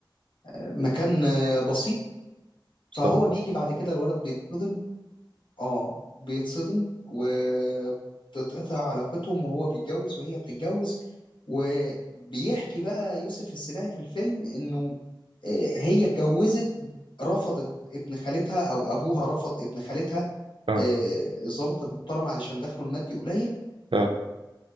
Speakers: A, on the left; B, on the right.
A: مكان آه، بسيط
B: صح
A: فهو بيجي بعد كده الولد بيتصدم اه بيتصدم وتتقطع علاقتهم وهو بيتجوز وهي بتتجوز وبيحكي بقى يوسف السباعي في الفيلم انه آه، هي اتجوزت رفضت ابن خالتها او ابوها رفض ابن خالتها
B: اه
A: آه، الضابط المحترم علشان دخله المادي قليل
B: اه